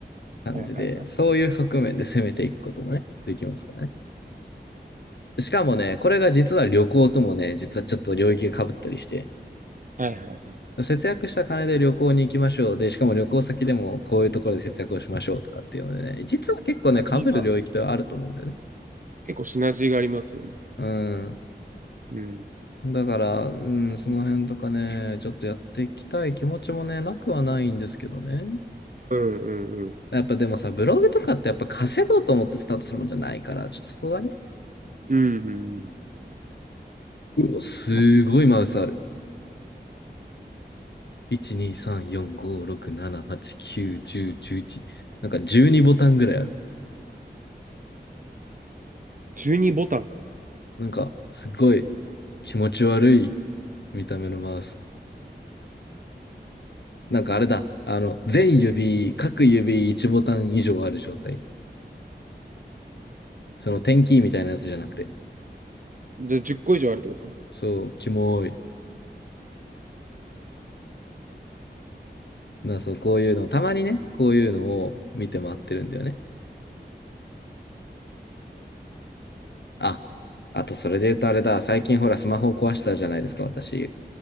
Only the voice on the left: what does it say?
感じで、
そういう側面で攻めていくこともね、できますからね。しかもね、これが実は旅行ともね、実はちょっと領域が被ったりして、
節約した金で旅行に行きましょう。で、しかも旅行先でもこういうところで節約をしましょうとかっていうのでね、実は結構ね、
被る領域ってあると思うんだよね。
うん。
だから、うん、その辺とかね、ちょっとやっていきたい気持ちもね、なくはないんですけどね。
やっぱでもさ、ブログとかってやっぱ稼ごうと思ってスタートするもんじゃないから、ちょっとそこがね、
うお、すごいマウスある。
1、2、3、4、5、6、7、8、9、10、11。なんか12ボタンぐらいある。
なんか、すごい気持ち悪い見た目のマウス。なんかあれだ。あの、全指、各指1ボタン以上ある状態。その点キーみたいなやつじゃなくて。
そう、キモい。な、そう、こういうの、たまにね、こういうのを見て回ってるんだよね。あ、あとそれで言うとあれだ。最近ほら、スマホを壊したじゃないですか、私。